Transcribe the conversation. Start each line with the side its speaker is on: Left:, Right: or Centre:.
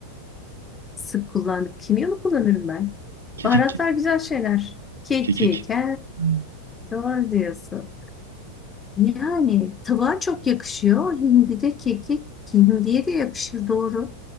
Left: Sık kullandık. Kimyonu mı kullanırım ben?
Right: Kekik.
Left: Baharatlar güzel şeyler. Kekik.
Right: Kekik.
Left: He,
Right: Hmm,
Left: doğru diyorsun. Yani tavuğa çok yakışıyor. Hindi de kekik. Hindiye de yakışır doğru.